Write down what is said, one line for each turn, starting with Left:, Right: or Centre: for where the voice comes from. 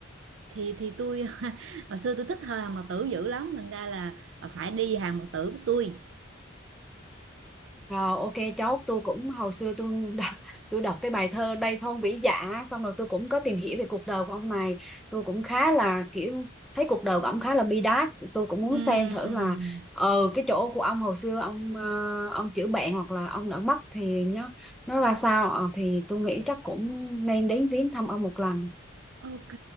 Right: thì thì tôi <laughs> hồi xưa tôi thích thờ Hàng Mặc Tử dữ lắm, thành ra là ờ, phải đi Hàng Mặc Tử với tôi.
Centre: Rồi ok Chốt, tôi cũng hồi xưa tôi đọc, tôi đọc cái bài thơ Đây thôn vĩ dạ xong rồi tôi cũng có tìm hiểu về cuộc đời của ông này, tôi cũng khá là kiểu thấy cuộc đời của ông khá là bi đát, tôi cũng muốn
Right: Ừm.
Centre: xem thử là ờ cái chỗ của ông hồi xưa ông ờ, ông chữa bệnh hoặc là ông đã mất thì nó nó ra sao Ờ, thì tôi nghĩ chắc cũng nên đến viếng thăm ông một lần.
Right: OK